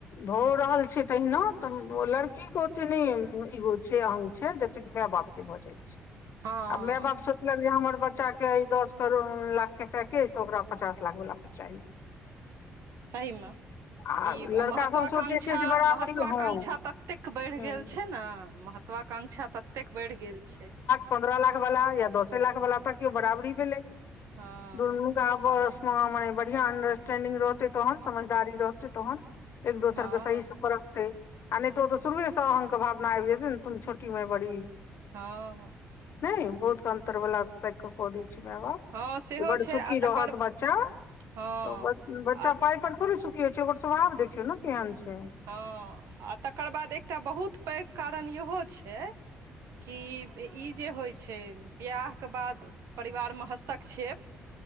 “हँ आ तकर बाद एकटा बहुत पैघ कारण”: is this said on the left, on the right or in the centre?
Right